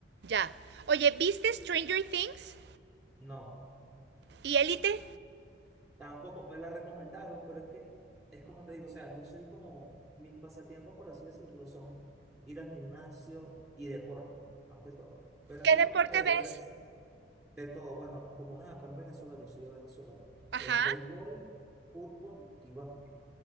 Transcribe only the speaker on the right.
ya. Oye, ¿viste Stranger Things?
¿Y Elite?
¿Qué
deporte
ves?
Ajá.